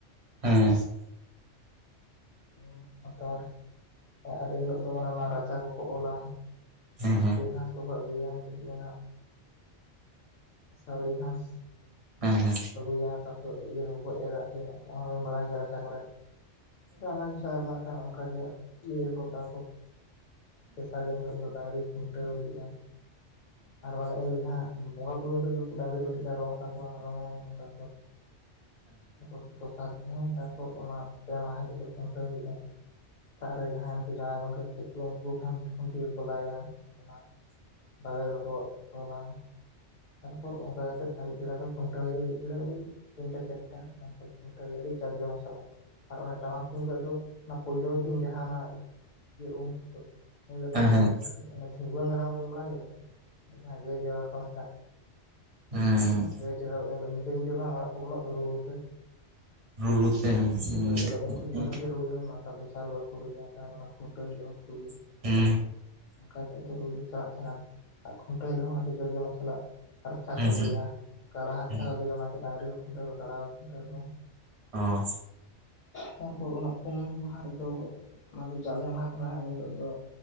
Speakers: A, on the right; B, on the left.
A: ᱦᱮᱸ,
B: <unintelligible> ᱦ ᱟᱛᱟᱨ ᱟᱨ ᱮᱱᱦᱤᱞᱳᱜ ᱫᱚ ᱚᱱᱮ ᱚᱱᱟ ᱨᱟᱪᱟ ᱠᱚᱠᱚ ᱚᱞᱟ,
A: ᱦᱮᱸ ᱦᱮᱸ
B: ᱵᱷᱮᱜᱟᱨ, ᱡᱚᱛᱚ ᱠᱚ ᱟᱹᱜᱩᱭᱟ ᱪᱮᱛ ᱠᱚ ᱢᱮᱱᱟᱜ ᱥᱟᱹᱣᱲᱤ ᱜᱷᱟᱥ,
A: ᱦᱮᱸ ᱦᱮᱸ ᱦᱮᱸ ᱦᱮᱸ ᱦᱮᱸ ᱦᱮᱸ
B: ᱡᱟᱦᱟᱸ ᱛᱟᱯᱚᱨ ᱤᱭᱟᱹ ᱨᱮᱠᱚ ᱮᱨᱟᱜ ᱜᱮ ᱚᱱᱟᱵᱮᱱ ᱵᱟᱲᱟᱭ ᱜᱮᱭᱟ ᱨᱟᱪᱟ ᱠᱚᱨᱮᱜ᱾ <unintelligible> ᱚᱱᱠᱟ ᱜᱮ, ᱞᱟᱹᱭᱟᱠᱚ ᱛᱟᱨᱯᱚᱨ ᱛᱮᱥᱟᱨ ᱫᱤᱱ ᱦᱤᱞᱳᱜ ᱫᱚ ᱰᱟᱝᱨᱤ ᱠᱷᱩᱱᱴᱟᱹᱣ ᱦᱩᱭᱩᱜᱼᱟ᱾ ᱟᱨ ᱢᱟᱱᱮ ᱮᱱᱤᱞᱳᱜ ᱡᱟᱦᱟᱸ ᱵᱚᱸᱜᱟᱵᱩᱨᱩ ᱦᱤᱞᱳᱜ ᱜᱮ ᱩᱱᱠᱩ ᱰᱟᱝᱨᱤ ᱫᱚ ᱠᱟᱹᱴᱤᱡ ᱞᱮ ᱨᱚᱝ ᱠᱟ ᱠᱚᱣᱟ, ᱨᱚᱝ ᱛᱟᱨᱯᱚᱨ, ᱛᱟ ᱯᱚᱨ ᱫᱚ, <unintelligible> ᱛᱟᱨᱯᱚᱨ ᱚᱱᱟ ᱯᱮ ᱢᱟᱦᱟᱸ ᱦᱤᱞᱳᱜ ᱫᱚ ᱠᱷᱩᱱᱴᱟᱹᱣ ᱦᱩᱭᱩᱜᱼᱟ ᱥᱮᱛᱟᱜ ᱨᱮ ᱡᱟᱦᱟᱸ ᱩᱱᱠᱩ ᱡᱟᱶᱟᱭ ᱜᱚᱝᱠᱮᱛ ᱠᱚ ᱩᱱᱠᱩ ᱠᱚ ᱠᱷᱟᱱᱴᱤ ᱠᱚ ᱠᱚ ᱞᱟᱭᱟ ᱚᱱᱟ ᱵᱟᱵᱮᱨ ᱠᱚᱠᱚ ᱛᱚᱞᱟ ᱛᱟᱨᱯᱚᱨ ᱚᱱᱠᱟ ᱠᱟᱛᱮᱮᱫ ᱟᱹᱭᱩᱵ ᱵᱮᱲᱟ ᱫᱚ ᱠᱷᱩᱱᱴᱟᱹᱣ ᱦᱩᱭᱩᱜ ᱟᱹᱭᱩᱵ ᱟᱹᱭᱩᱵ ᱵᱮᱲᱟ ᱳᱭ ᱛᱤᱱᱴᱟ ᱪᱟᱨᱴᱟ ᱚᱱᱠᱟ ᱠᱷᱩᱱᱴᱟᱹᱣᱼᱟ ᱟᱹᱰᱤ ᱡᱟᱸᱠ ᱡᱚᱢᱚᱠ ᱥᱟᱞᱟᱜ᱾ ᱟᱨ ᱚᱱᱟ ᱴᱟᱢᱟᱠ ᱛᱩᱢᱫᱟᱜ ᱫᱚ ᱚᱱᱟ ᱯᱳᱭᱞᱳ ᱫᱤᱱ ᱡᱟᱦᱟᱸ ᱤᱭᱟᱹ ᱩᱢ ᱩᱱ ᱦᱤᱞᱚᱜᱼᱟᱜ
A: ᱦᱮᱸ ᱦᱮᱸ ᱦᱮᱸ ᱦᱮᱸ
B: <unintelligible> <unintelligible> ᱫᱟᱲᱟᱱ ᱫᱚᱵᱚᱱ ᱵᱟᱲᱟᱭ ᱜᱮᱭᱟ ᱥᱮ ᱡᱟᱦᱟᱸ ᱜᱟᱹᱭ ᱡᱟᱭᱜᱟ ᱠᱚ ᱢᱮᱛᱟᱜ᱾
A: ᱦᱮᱸ,
B: ᱜᱟᱹᱭ ᱡᱟᱜᱟᱣ ᱮᱱ ᱦᱤᱞᱳᱜ ᱧᱤᱫᱟᱹ ᱧᱤᱫᱟᱹ ᱵᱟᱝ ᱚᱲᱟᱜ ᱠᱚ ᱵᱚᱞᱚᱜ ᱫᱚ ᱨᱩ ᱨᱩᱛᱮ,
A: ᱨᱩ ᱛᱮ <unintelligible>
B: ᱟᱫᱚ ᱩᱱ ᱠᱷᱚᱡ ᱜᱮ ᱚᱱᱮ ᱡᱮ ᱨᱩ ᱮᱦᱚᱵ ᱱᱟ ᱛᱟᱨ ᱫᱚᱥᱟᱨ ᱦᱤᱞᱳᱜ ᱦᱚᱸᱠᱚ ᱨᱩᱭᱟ ᱛᱟᱨ ᱚᱱᱟ ᱠᱷᱩᱱᱴᱟᱹᱣ ᱦᱤᱞᱳᱜ ᱦᱚᱸᱠᱚ ᱨᱩᱭᱟ᱾
A: ᱦᱩᱸ
B: ᱚᱱᱠᱟ ᱠᱟᱛᱮ ᱨᱩᱨᱩ ᱪᱟᱞᱟᱜ ᱛᱟᱦᱮᱱᱟ ᱟᱨ ᱠᱷᱩᱱᱴᱟᱹᱣ ᱦᱤᱞᱳᱜ ᱦᱚᱸ ᱟᱹᱰᱤ ᱡᱳᱨ ᱡᱚᱢᱚᱠ ᱥᱟᱞᱟᱜ ᱦᱟᱨᱛᱟ
A: ᱦᱩᱸ
B: ᱠᱚ ᱟᱹᱜᱩᱭᱟ᱾ ᱠᱟᱲᱟ
A: ᱦᱩᱸ
B: ᱦᱟᱨᱛᱠᱚ ᱟᱹᱜᱩᱭᱟ ᱚᱱᱟᱛᱮ ᱰᱟᱝᱨᱤ ᱠᱚ ᱠᱷᱩᱱᱴᱟᱹᱣ ᱠᱚᱣᱟ ᱠᱟᱲᱟ ᱠᱚ ᱠᱷᱩᱱᱴᱟᱹᱣ ᱠᱚᱣᱟ᱾
A: ᱚ,
B: ᱛᱟᱨᱯᱚᱨ ᱚᱱᱟ ᱯᱩᱱ ᱢᱟᱦᱟᱸ ᱨᱮᱫᱚ ᱚᱱᱟ ᱫᱚ ᱡᱟᱞᱮ ᱢᱟᱦᱟᱸ ᱠᱟᱱᱟ ᱮᱱᱦᱤᱞᱚᱜ ᱫᱚ